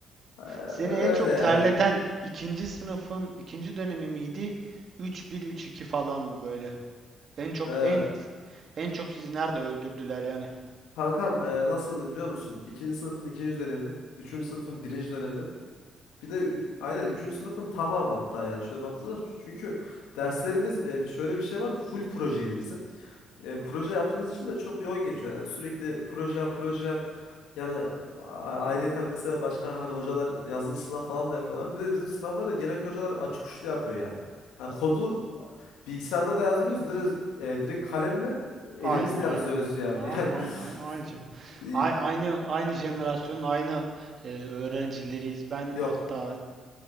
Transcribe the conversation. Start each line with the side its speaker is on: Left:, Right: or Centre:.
Left: Ee,
Right: Seni
Left: öyle
Right: en çok
Left: yani.
Right: terleten ikinci sınıfın ikinci dönemi miydi? üç bir üç iki falan mı böyle? En çok
Left: Ee,
Right: en en çok sizi nerede öldürdüler yani?
Left: kankam e, nasıldı biliyor musun? İkinci sınıfın ikinci dönemi. Üçüncü sınıfın birinci dönemi. Bir de üç- aynen üçüncü sınıfın tamamı hatta yani şöyle baktığınız zaman çünkü derslerimiz e, şöyle bir şey var full projeydi bizim. E, proje yaptığımız için de çok yoğun geçiyor. Yani sürekli proje yap, proje yap. Yani a- ayrıyeten mesela başka hani hocalar yazılı sınav falan da yapıyorlardı. Bir de bizim sınavları genellikle hocalar açık uçlu yapıyor yani. Hani kodu bilgisayarda da yazmıyoruz. Direkt, e, direkt kalemle elimizle
Right: Aynı, aynı.
Left: yazıyoruz yani.
Right: A- aynı, aynı,
Left: <laughs>
Right: aynı. canım.
Left: Yani
Right: A- aynı, aynı jenerasyonun aynı e, öğrencileriyiz. Ben
Left: e, yok.
Right: hatta